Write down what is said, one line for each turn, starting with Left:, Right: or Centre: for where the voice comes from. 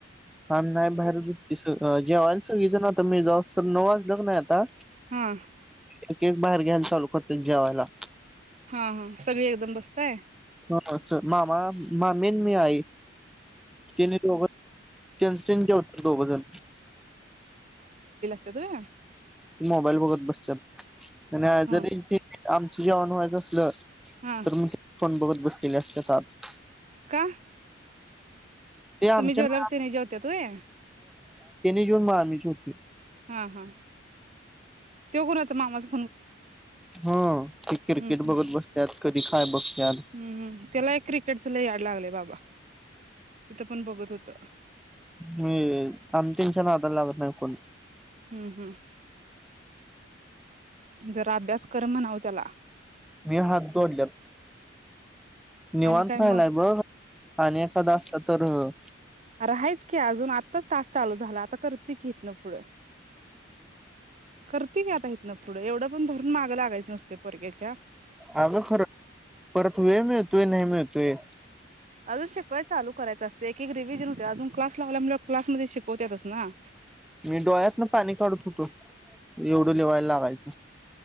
Centre: आणि नाही बाहेर जे्हाला सगचं ना त म्ही जाऊस तर नवाज उलग नाही आता
Right: हा
Centre: एक एक बाहेर घ्यायला चालू करते जेवायला
Right: हा हा सगळी एकदम बस्तय
Centre: ह मामा, मामी अन मी, आई ते आणि दोघ त्यांचे होत दोघंजण.
Right: केतय <unintelligible>
Centre: मोबाईल बघत बसत्यात आणि
Right: हा
Centre: जरी ते आमच जेवण हो आई बसलं.
Right: हा
Centre: तर म्हणजे फोन बघत बसलेल्या एकट्याच आत.
Right: का
Centre: ते आमच्याने
Right: तुम्ही जेवल्यावर त्याने जेवत्यात व्हय
Centre: जेऊन <unintelligible> <unintelligible>
Right: हा हा ते कोणाचा मामाचा
Centre: हा ते क्रिकेट
Right: हम्म हम्म
Centre: बघत बसत्यात, कधी काय बघत्यात.
Right: हम्म हम्म त्याला एक क्रिकेटच लय याड लागलंय बाबा तिथं पण बघत होत.
Centre: मी अन त्यांच्या नादाला लागत नाही कोण.
Right: हम्म हम्. जरा अभ्यास कर म्हनाव. त्याला
Centre: मी हात जोडल्यात. निवांत
Right: आणि काय मग
Centre: राहिलाय बघ आणि एखादा अत्तर अ
Right: अर हायेच की अजून आत्ताच टास्क चालू झाला. आता करतय की इथंन न पुढं. करती की आता इथन ना पुढं एवढं कोण धरून माग लागतंय का? बीसीनेस पेपर आहे घ्यायच्या.
Centre: आग खर, परत वेळ मिळतोय नाही मिळतोय.
Right: अग सेपरेट चालू करायच असत एक एक रिविल मी म्हणते अजून क्लास लावल्यामुळे क्लासमध्ये शिकवत्यातच ना.
Centre: मी डोळ्यातन पाणी काढू शकतो. एवढं तू लिवायला लावायचं.